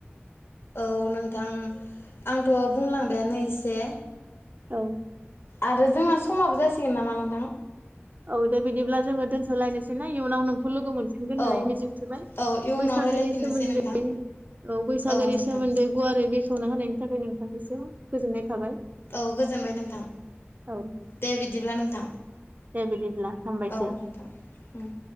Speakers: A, on the left (about 60°); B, on the right (about 40°).
A: औ नोंथां आंथ' बुंलांबायानो एसे
B: औ
A: आरो जोंना समाबो जासिगोन नामा नोंथां
B: औ दे बिदिब्ला जोङो दोनथलायनोसै ना इयुनाव नोंखौ लोगो मोनफिन- गोन
A: औ
B: होननानै मिजिंथिबाय
A: औ इयुनाव
B: बैसागोनि
A: रायलायफिननोसै
B: सोमोन्दै
A: नोंथां
B: औ बैसागोनि
A: औ नोंथां
B: सोमोन्दै गुवारै बेखेवना होनायनि थाखाय नोंथांनिसिम गोजोननाय थाबाय
A: औ गोजोनबाय नोंथां
B: औ
A: दे बिदिब्ला नोंथां
B: दे बिदिब्ला हामबायसै
A: औ नोंथां उम